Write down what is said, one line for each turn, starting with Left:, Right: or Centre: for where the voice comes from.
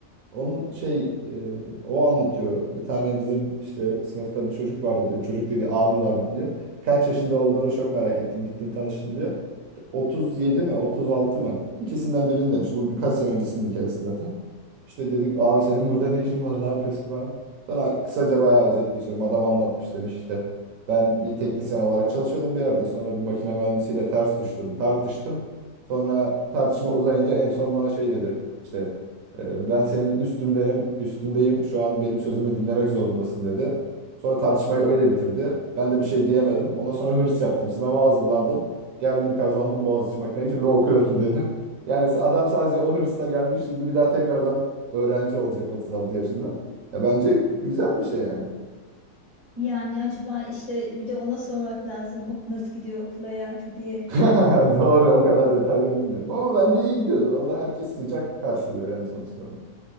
Right: Onun şey e, o anlatıyor. Bir tane bizim işte sınıfta bir çocuk vardı diyor. Çocuk dediği abi vardı diyor. Kaç yaşında olduğunu çok merak ettim. Gittim tanıştım diyor. 37 mi 36 mı? İkisinden birini demişti. Bu birkaç sene öncesinin hikayesi zaten. İşte dedik abi senin burada ne işin var ne yapıyorsun falan. Sonra kısaca bayağı özet geçiyorum. Adam anlatmış demiş işte. Ben bir teknisyen olarak çalışıyordum bir yerde. Sonra bir makine mühendisiyle ters düştüm. Tartıştım. Sonra tartışma uzayınca en son bana şey dedi. İşte e, ben senin üstündenim, üstündeyim. Şu an benim sözümü dinlemek zorundasın dedi. Sonra tartışmayı öyle bitirdi. Ben de bir şey diyemedim. Ondan sonra hırs yaptım. Sınava hazırlandım. Geldim kazandım Boğaziçi makineyi şimdi okuyorum <laughs> dedi. Yani adam sadece o hırsla gelmiş şimdi bir daha tekrardan öğrenci olacak 36 yaşında. Ya bence güzel bir şey yani.
Left: Yani acaba işte bir de ona sormak lazım ok nasıl gidiyor okul hayatı diye.
Right: <laughs> Doğru o kadar detaylı bilmiyorum ama bence iyi gidiyordur. Orada herkes sıcak karşılıyor yani sonuçta. onu.